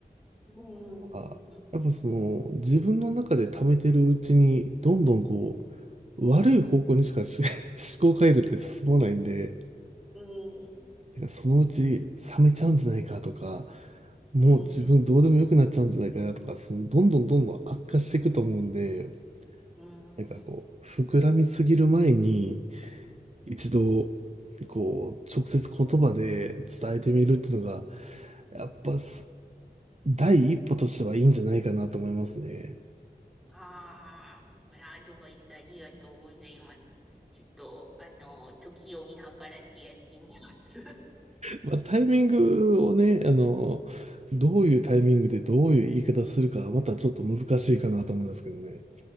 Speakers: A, in the centre; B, on the right.
A: うん。
B: あ、
A: うん。
B: やっぱその、自分の中で溜めてるうちに、どんどんこう、悪い方向にしかし <laughs> 思考回路って進まないんで、
A: うん。
B: てかそのうち冷めちゃうんじゃないかとか、もう自分どうでもよくなっちゃうんじゃないかなとか、
A: うん。
B: そのどんどんどんどん悪化していくと思うんで、
A: うん。
B: なんかこう、
A: う
B: 膨らみすぎる前に
A: ん。
B: 一度、こう、直接言葉で伝えてみるっていうのが、やっぱす第一歩としてはいいんじゃないかなと思いますね。
A: ああ、いやアドバイスありがとうございます。ちょっと、あの、時を見計らってやってみます。<laughs>
B: まあ、タイミングをね、あの、どういうタイミングでどういう言い方するかはまたちょっと難しいかなと思うんですけどね。